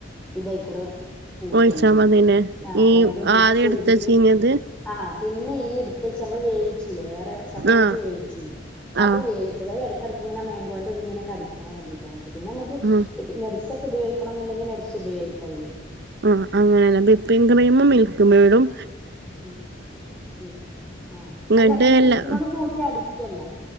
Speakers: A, in the centre; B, on the right.
A: ഇതായിക്കൂടെ കൂട്ടണം
B: ഒഴിച്ചാ
A: ചെയ്യ
B: മതില്ലേ
A: ആഹ്
B: ഈ
A: രണ്ടും മിക്സ്
B: ആദ്യം
A: ചെയ്തിട്ട്.
B: എടുത്ത് വെച്ചീഞ്ഞത്
A: ആഹ് പിന്നെ ഈ എടുത്ത വച്ച് നമ്മള് വേവിച്ചല്ലേ വേറെ സെപ്പറേറ്റ്
B: ആഹ്
A: വേവിച്ചില്ലേ
B: ആഹ്
A: അത് വേവിച്ച അത് ഇടക്കക് ഇങ്ങനെ കടിക്കാൻ വേണ്ടിട്ട പിന്നെ നമുക്
B: ആഹ്
A: നേട്സ് ഒകെ. ഉപയോഗിക്കണം എന്നുണ്ടെങ്കി നടുസ് ഉപയോഗിക്കായ്ല്.
B: ആഹ് അങ്ങനെയല്ല ബിപ്പിൻ ക്രീമും മിൽക്ക് മൈടും
A: ഉം ഉം ആഹ്
B: ഇങ്ങട്ട്
A: അല്ല മീ
B: എല്ലാ
A: മിൽക്ക് മൈടും കൂട്ടി അടി.. കെല്ല